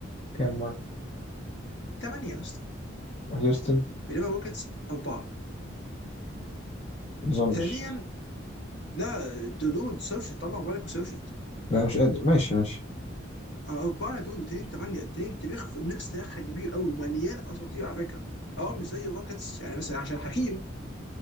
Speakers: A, on the left (about 30°); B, on the left (about 60°).
A: كام مره
B: ثمانيه يا اسطى
A: هيوستن
B: بينما الروكيتس اربعه
A: ما اظنش
B: ثانيا لا دود سيرشت طلع موبايلك وسيرشت
A: لا مش قادر ماشي ماشي
B: اربعه دود وتنين ثمانيه تنين تاريخ النكس تاريخها كبير قوي ومليان اساطير على فكره اه مش زي الروكيتس يعني مثلا عشان حكيم